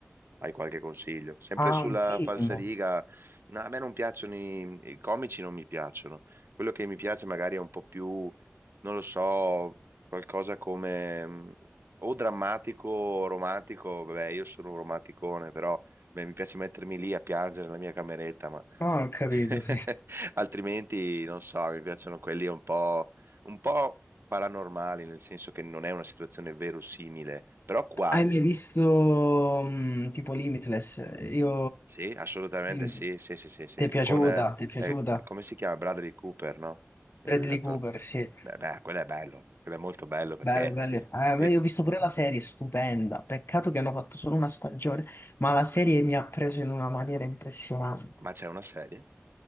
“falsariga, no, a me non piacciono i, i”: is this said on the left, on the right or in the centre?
Right